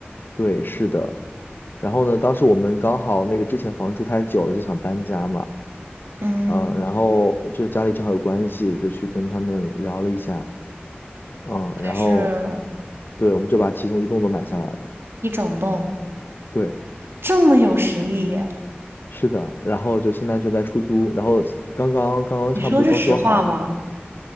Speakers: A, on the left; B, on the right.
A: 对，是的。然后呢，当时我们刚好那个之前房住太久了，就想搬家嘛。
B: 嗯，
A: 嗯，然后就家里正好有关系，就去跟他们聊了一下，嗯，然后
B: 对，是
A: 对，我们就把其中一栋都买下来了，
B: 一整栋，
A: 对，
B: 这么有实力。
A: 是的，然后就现在就在出租，然后刚刚刚刚差不多装修好，
B: 你说是实话吗？